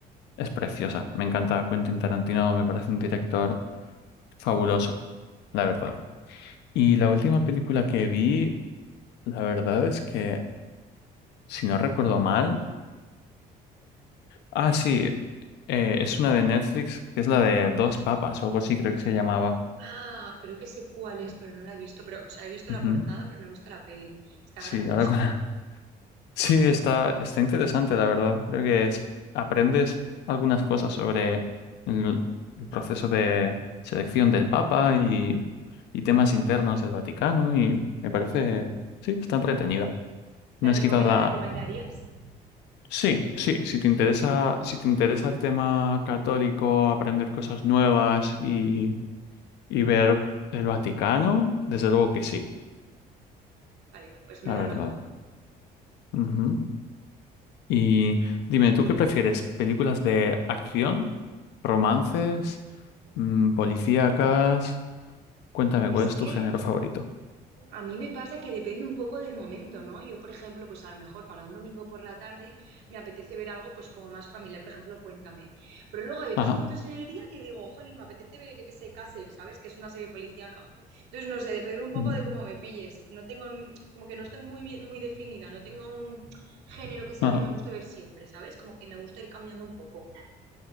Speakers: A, on the left; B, on the right.
A: es preciosa. Me encanta Quentin Tarantino, me parece un director fabuloso, la verdad. Y la última película que vi, la verdad es que, si no recuerdo mal, ah, sí, eh, es una de Netflix, que es la de Dos Papas o algo así, creo que se llamaba.
B: Ah, creo que sé cuál es, pero no la he visto. Pero, o sea, he visto
A: Ujú.
B: la portada, pero no he visto la peli. Está
A: Sí,
B: graciosa.
A: ahora <laughs> con, la- Sí, está, está interesante, la verdad. Creo que es- aprendes algunas cosas sobre el, el proceso de selección del Papa y, y temas internos
B: Mm.
A: del Vaticano y me parece, sí, está entretenida. No
B: ¿La reco-
A: es quizás
B: ¿Me la
A: la...
B: recomendarías?
A: Sí, sí, si te interesa, si te interesa el tema católico, aprender cosas nuevas y, y ver el Vaticano, desde luego que sí,
B: Vale, pues me
A: la
B: la
A: verdad.
B: anoto.
A: Ujú. Y dime, ¿tú qué prefieres? ¿Películas de acción, romances, mm, policíacas? Cuéntame,
B: Es
A: ¿cuál es
B: que
A: tu género favorito?
B: A mí me pasa que depende un poco del momento, ¿no? Yo, por ejemplo, pues a lo mejor para un domingo por la tarde me apetece ver algo pues como más familiar, por ejemplo, Cuéntame. Pero luego hay otros
A: Ajá.
B: momentos en el día que digo, jolín, me apetece ver, yo qué sé, Castle, ¿sabes? Que es una serie policíaca. Entonces, no sé, depende un poco
A: ujú,
B: de cómo me pilles. No tengo, como que no estoy muy bien, muy definida, no tengo un género que sea
A: Ajá.
B: el que me guste ver siempre, ¿sabes? Como que me gusta ir cambiando un poco.